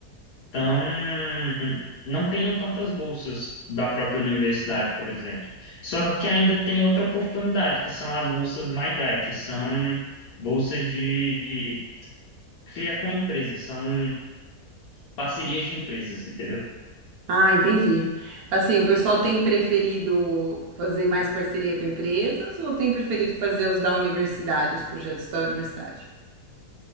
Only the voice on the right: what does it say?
Ah, entendi. Assim, o pessoal tem preferido fazer mais parceria com empresas ou tem preferido fazer os da universidade, os projetos da universidade?